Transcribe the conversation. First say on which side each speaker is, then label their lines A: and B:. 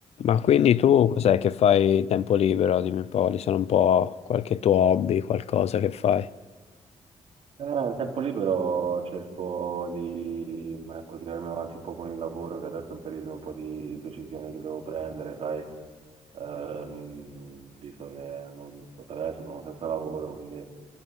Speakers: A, on the left; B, on the right.
A: Ma quindi tu cos'è che fai tempo libero? Dimmi un po', quali sono un po' qualche tuo hobby, qualcosa che fai?
B: Eh, al tempo libero cerco di, ecco, tirarmi avanti un po' con il lavoro, che adesso è un periodo un po' di decisione che devo prendere, sai, Ehm, visto che non so, per adesso sono senza lavoro, quindi